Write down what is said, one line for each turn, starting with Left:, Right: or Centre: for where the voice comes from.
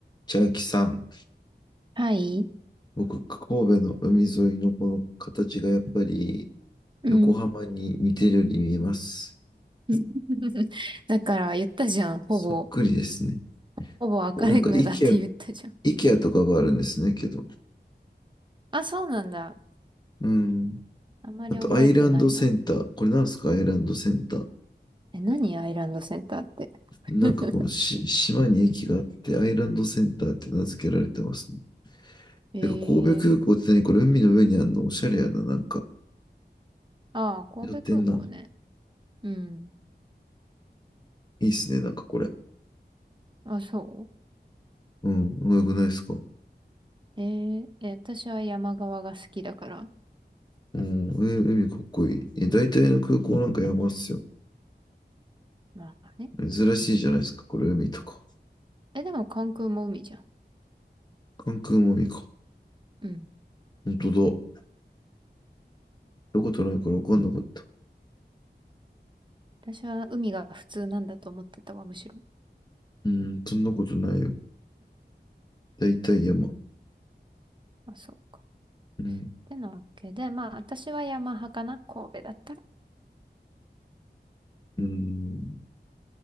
Left: 千秋さん、
Right: はい。
Left: 僕、神戸の海沿いのこの形がやっぱり
Right: うん。
Left: 横浜に似てるように見えます。
Right: <laughs> だから言ったじゃん。ほぼ。
Left: そっくりですね。
Right: ほぼ赤レンガだって言ったじゃん。
Left: で、なんか、イケア、イケアとかがあるんですね、けど。
Right: あ、そうなんだ。
Left: うん。
Right: あまり覚えてないや。
Left: あと、アイランドセンター。これなんですか、アイランドセンター。
Right: え、何アイランドセンターって。
Left: なんかこのし島に駅があって、
Right: <laughs>
Left: アイランドセンターって名付けられてますね。
Right: えー、
Left: てか、神戸空港って何これ海の上にあるのおしゃれやな、なんか。
Right: ああ、神戸空港ね。
Left: やってんな。
Right: うん。
Left: いいっすね、なんかこれ。
Right: あ、そ
Left: うん、うまくないですか
Right: うえー、え、私は山側が好きだから。
Left: うん、えー海かっこいい。え、大体の空港なんか山っすよ。
Right: まあね。
Left: 珍しいじゃないですか。これ海とか。
Right: え、でも関空も海じゃん。
Left: 関空も海か。
Right: うん。
Left: ほんとだ。行ったことないから分かんなかった。
Right: 私は海が普通なんだと思ってたわ、むしろ。
Left: うん、そんなことないよ。大体山。
Right: あ、そうか。っ
Left: うん。
Right: てなわけで、まあ私は山派かな、神戸だったら。
Left: うん。